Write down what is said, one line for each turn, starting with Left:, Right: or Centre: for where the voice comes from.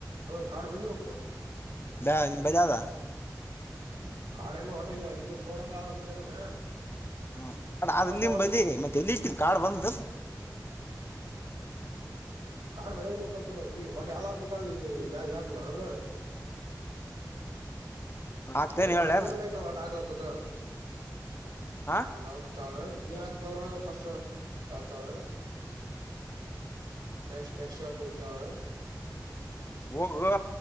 Right: ಹ ಕಾರ್ಡ್ ಬಂದಿರಬೇಕ
Left: ಬಾ ನಿಮ್ ಬಲ್ಯಾದ
Right: ಕಾರ್ಡ್ ಹೆಂಗ ಓಟ ಇದು ಅ ಇದು ಪೋಟಂತರಾದ ನಂಬಲಿ ಇರೋದು
Left: ಹ್ಮ ಕಾರ್ಡಾದ
Right: ಒಟ್ಟ
Left: ಇಲ್ಲ ನಿಮ ಬಲ್ಲಿ ಮತ್ತೆ ಎಲ್ಲಿ ಇಟ್ಟಿಲ್ಲ ಕಾರ್ಡ್ ಬಂದದಿಲ್ಲ
Right: ಕಾರ್ಡ್ ಮನೆಗ ಇರ್ಬೇಕಾದ್ರ ಈಗ ಓಟ ಯಾವ್ದ ಹಾಕ್ಬೇಕೇಳ ಇದ ಯಾವ ಇದ ಹಾಕ್ಬೇಕಾನದು
Left: ಆಗ್ತೇನ್
Right: ಅದೇ ಮಾಳ
Left: ಹೇಳ್ಯಾನ
Right: ನೀರ ಹೋಡ್ಯಾಕ ಇಲ್ಲಿ ಒಟ್ಟ ಆತ
Left: ಹಾ
Right: ಹ್ಮ ಆ ತಾಳು ಏನಾಕ್ಬೇಳ ಅದ್ರೊಳಗ ಫಸ್ಟ್ ತಾಳತಾಳ ನೆಕ್ಸ್ಟ್ ನೆಕ್ಸ್ಟ್ ಹೇಳಕೂತಿ ತಾಳ
Left: ಹ್ಮ ಹೋಗ